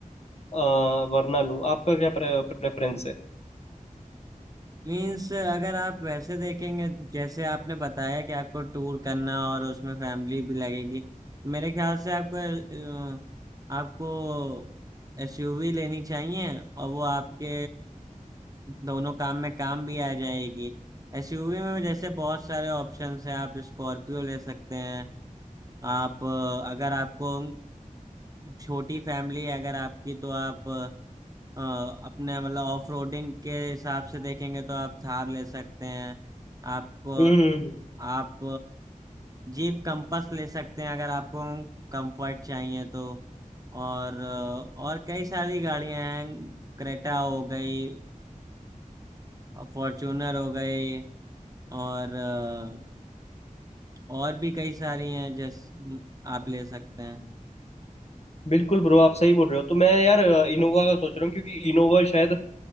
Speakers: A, on the left (about 50°); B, on the right (about 25°).
A: अ, वरना लूँ आपका क्या प्रेफरेंस है
B: मीन्स अगर आप वैसे देखेंगे जैसे आपने बताया कि आपको टूर करना और उसमें फैमिली भी लगेगी मेरे ख्याल से आपको अ, आपको एसयूवी लेनी चाहिए और वो आपके दोनों काम में काम भी आ जाएगी एसयूवी में जैसे बहुत सारे ऑप्शंस हैं आप स्कॉर्पियो ले सकते हैं आप अ, अगर आपको छोटी फैमिली है अगर आपकी तो आप अ, अपने मतलब ऑफ रोडिंग के हिसाब से देखेंगे तो आप थार ले सकते हैं आपको
A: हम्म
B: आप जीप कंपास ले सकते हैं अगर आपको कंफर्ट चाहिए तो और अ, और कई सारी गाड़ियां हैं क्रेटा हो गई फॉर्चूनर हो गई और अ, और भी कई सारी हैं जैसे आप ले सकते हैं
A: बिल्कुल ब्रो आप सही बोल रहे हो तो मैं यार इनोवा का सोच रहा हूँ क्योंकि इनोवा शायद